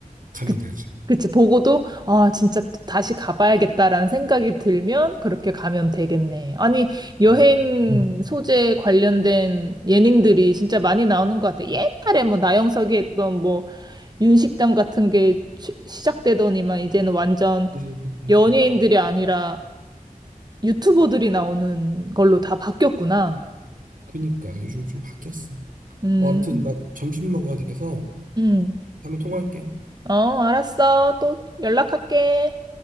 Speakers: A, on the right; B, on the right.
A: 가면
B: 그-
A: 되지.
B: 그치, 보고도, 아, 진짜 또 다시 가봐야겠다라는 생각이 들면 그렇게 가면 되겠네. 아니, 여행
A: 음. 음.
B: 소재 관련된 예능들이 진짜 많이 나오는 것 같아. 옛날에 뭐 나영석이 했던 뭐 윤식당 같은 게 취- 시작되더니만 이제는 완전
A: 그 그지.
B: 연예인들이 아니라 유튜버들이 나오는 걸로 다 바뀌었구나.
A: 그니까 요즘 좀 바뀌었어.
B: 음,
A: 어, 아무튼 나 점심 먹어야 돼서
B: 음.
A: 다음에 통화할게.
B: 어, 알았어. 또 연락할게.